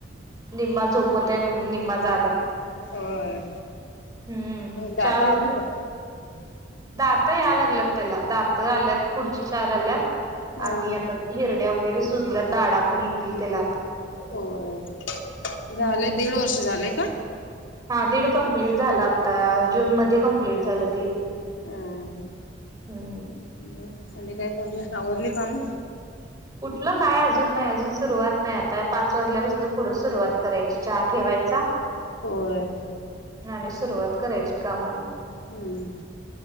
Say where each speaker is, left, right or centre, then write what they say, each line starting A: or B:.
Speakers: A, on the right; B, on the left.
A: निम्मा झोपत आहे, निम्मा जागा आहे.
B: होय
A: हम्म
B: दाता
A: चार
B: आली
A: <unintelligible>
B: का?
A: दात याय लागल्यात त्याला, दात आलं- पुढची चार आल्यात
B: हा
A: आणि
B: हा
A: आता हिरड्या वगैरे सुजल्यात दाडा पण येतील त्याला आता.
B: होय, झालंय
A: हम्म
B: दीड वर्ष झालंय का?
A: हा, दीड कमप्लीट झालं आता जून मध्ये कंप्लीट झालं दीड.
B: हम्म
A: हम्.
B: मग आणि काय करालाय, आवरली काम?
A: <inaudible> कुठलं काय, अजून नाही अजून सुरुवात नाही, आता पाच वाजल्यापासून पुढं सुरुवात करायची चहा ठेवायचा, <inaudible>
B: होय.
A: आणि सुरुवात करायची कामांना.
B: हम्.